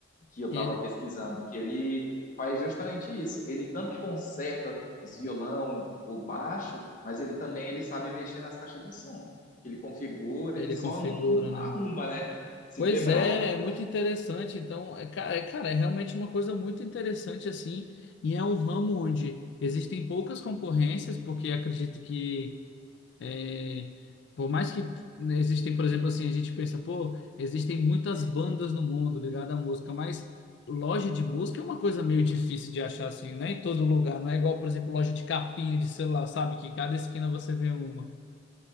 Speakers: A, on the left; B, on the left.
A: que eu
B: Que
A: estava
B: ele,
A: pesquisando, que ele faz justamente isso. Ele tanto conserta os violão, o baixo, mas ele também ele sabe mexer nas caixas de som. que Ele configura,
B: ele
A: ele só
B: configura,
A: não
B: né?
A: arruma, né? Se
B: Pois
A: quebrar.
B: é, é muito interessante. Então, é, ca- é, cara, é realmente uma coisa muito interessante, assim, e é um ramo onde existem poucas concorrências, porque acredito que É, por mais que né, existem, por exemplo, assim, a gente pensa, pô, existem muitas bandas no mundo ligadas à música, mas loja de música é uma coisa meio difícil de achar, assim, não é em todo lugar. Não é igual, por exemplo, loja de capinha de celular, sabe? Que cada esquina você vê uma.